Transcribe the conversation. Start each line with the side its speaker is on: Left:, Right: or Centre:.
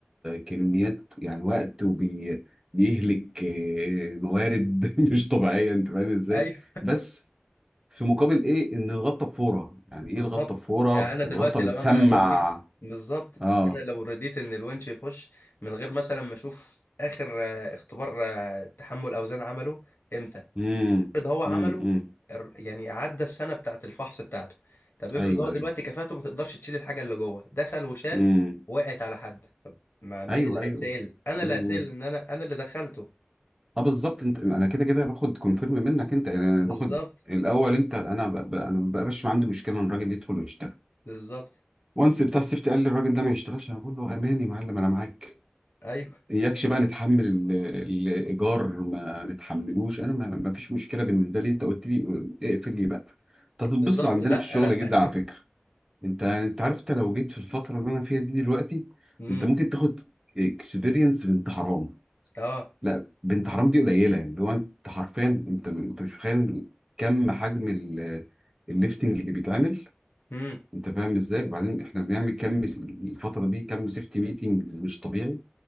Right: كميات يعني وقت وبي بيهلك آه، موارد <laughs> مش طبيعية انت فاهم ازاي
Left: ايوه
Right: بس في مقابل ايه ان الغلطة بفورة يعني
Left: بالظبط
Right: ايه الغلطة بفورة
Left: يعني انا دلوقتي
Right: الغلطة بتسمع
Left: لو انا رضيت بالظبط
Right: اه
Left: انا لو رضيت ان الونش يخش من غير مثلا ما اشوف اخر آه، اختبار آه، تحمل اوزان عمله امتى
Right: امم
Left: افرض هو عمله
Right: امم إمم.
Left: الر- يعني عدى السنه بتاعت الفحص بتاعته طب افرض
Right: ايوه
Left: هو دلوقتي
Right: ايوه
Left: كفاءته ما تقدرش تشيل الحاجه اللي جوه دخل وشال
Right: امم
Left: وقعت على حد طب ما مين
Right: ايوه
Left: اللي
Right: ايوه
Left: هيتسأل انا اللي
Right: إمم.
Left: هتسأل ان انا انا اللي دخلته
Right: اه بالظبط انت انا كده كده باخد كونفيرم منك انت يعني انا
Left: بالظبط
Right: باخد الاول انت انا ب... ب... انا ما بقاش عندي مشكله ان الراجل يدخل ويشتغل
Left: بالظبط
Right: وانس بتاع السيفتي قال لي الراجل ده ما يشتغلش انا بقول له اماني يا معلم انا معاك
Left: ايوه
Right: اياكش بقى نتحمل ال- الايجار ما نتحملوش انا ما... ما فيش مشكله بالنسبه لي انت قلت لي اقفل لي بقى انت هتتبسط
Left: بالظبط
Right: عندنا
Left: لا
Right: في الشغل
Left: لا
Right: جدا على فكره انت انت عارف انت لو جيت في الفتره اللي انا فيها دي دلوقتي
Left: امم
Right: انت ممكن تاخد اكسبيرينس بنت حرام
Left: اه
Right: لا بنت حرام دي قليله يعني اللي هو انت حرفيا انت انت مش متخيل كم حجم ال- الليفتنج اللي بيتعمل
Left: امم
Right: انت فاهم ازاي وبعدين احنا بنعمل كم س- الفتره دي كم سيفتي ميتنج مش طبيعي